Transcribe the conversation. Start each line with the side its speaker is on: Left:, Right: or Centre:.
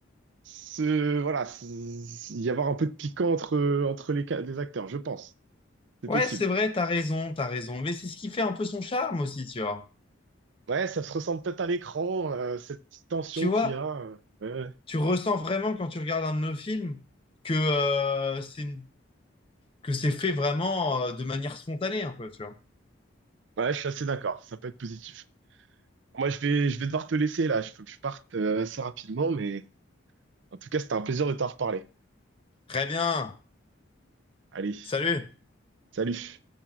Right: se, voilà, se- y avoir un peu de piquant entre, entre les, ca- les acteurs, je pense. C'est
Left: Ouais,
Right: possible.
Left: c'est vrai, t'as raison, t'as raison. Mais c'est ce qui fait un peu son charme aussi, tu vois.
Right: Ouais, ça se ressent peut-être à l'écran, euh, cette petite tension
Left: Tu vois,
Right: qu'il y a. euh, ouais, ouais.
Left: tu ressens vraiment quand tu regardes un de nos films que euh, c'est que c'est fait vraiment euh, de manière spontanée un peu, tu vois.
Right: Ouais, je suis assez d'accord, ça peut être positif. Moi, je vais, je vais devoir te laisser là, je faut que je parte euh, assez rapidement, mais en tout cas, c'était un plaisir de t'en reparler.
Left: Très bien.
Right: Allez,
Left: Salut.
Right: salut.